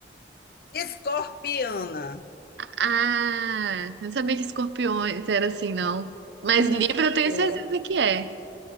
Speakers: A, on the left; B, on the right.
A: Escorpiana.
B: Ah, não sabia que escorpiões era assim, não. Mas
A: Hum,
B: Libra eu tenho
A: foi.
B: certeza que é.